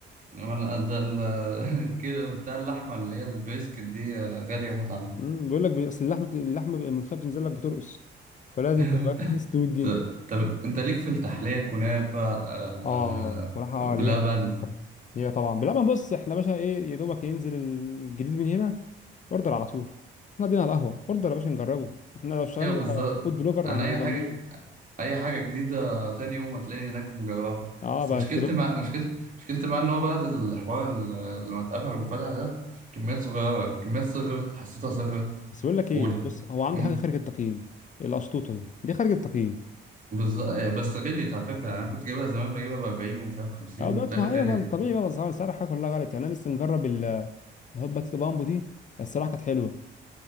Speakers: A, on the right; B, on the left.
A: وانا ده ال- <laughs> كده بتاع اللحمه اللي هي البريسكت دي آه، غاليه موت عندي
B: امم بيقول لك بي- اصل اللحمه بت... اللحمه ب- الملوخيه بتنزل لك بترقص فلازم
A: <laughs>
B: تبقى <laughs> 600 جنيه
A: ط- طب انت ليك في التحليه كنافه آه
B: اه الصراحه اه
A: بلبن
B: ليه خلينا نفكر هي طبعا لا ما بص احنا باشا ايه يا دوبك ينزل الجديد من هنا اوردر على طول احنا قاعدين على القهوه اوردر يا باشا نجربه احنا لو اشتغلنا
A: ايوه بالظبط
B: فود بلوجر
A: انا
B: هنبقوا
A: اي
B: جامدين
A: حاجه اي حاجه جديده تاني يوم هتلاقيني هناك مجربه
B: اه
A: بس
B: بس
A: مشكلتي
B: بس
A: مع مشكلتي مشكلتي مع ان هو بعد الحوار اللي لما اتقفل وفتح ده كميات صغيره كميات صغرت حسيتها صغرت
B: بس بقول لك ايه
A: اولى
B: بص هو عنده
A: امم
B: حاجه خارج التقييم القشطوطه دي دي خارج التقييم
A: بس بس غليت على فكره يعني انا كنت جايبها زمان بجيبها ب 40 ومش عارف 50
B: اه دلوقتي
A: بتهيألي
B: ما
A: غليت
B: هي بقى طبيعي بقى اسعار السعر حاجه كلها غلط يعني انا لسه مجرب ال- الهوبا تيتو بامبو دي الصراحه كانت حلوه